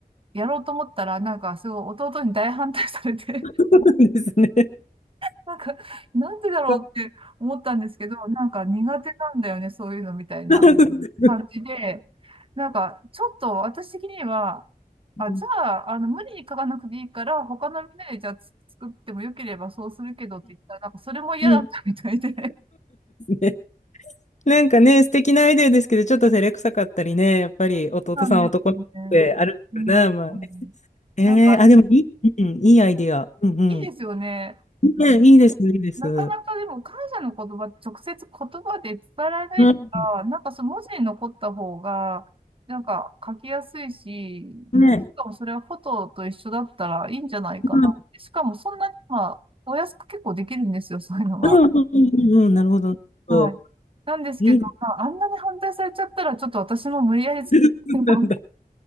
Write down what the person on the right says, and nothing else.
やろうと思ったら、なんかすごい弟に大反対されて、
<laughs> なんか、なんでだろうって思ったんですけど、
なんか苦手なんだよね、そういうのみたいな。
感じで、なんか、ちょっと私的には、あ、
じゃあ、あの、無理に書かなくていいから、他のみんなでじゃあつ作ってもよければそうするけどって言ったら、なんかそれも嫌だったみたいで。
<laughs>
なんですよね。うん。
なんか、
いいですよね。
なかなかでも感謝の言葉って直接言葉で伝えられないから、
なんかその文字に残った方が、なんか書きやすいし、
ね、しかもそれはフォトと一緒だったらいいんじゃないかな。
しかもそんなに、まあ、お安く結構できるんですよ、そういうのが。
はい。
なんですけど、
まあ、あんなに反対されちゃったら、ちょっと私も無理やり作るの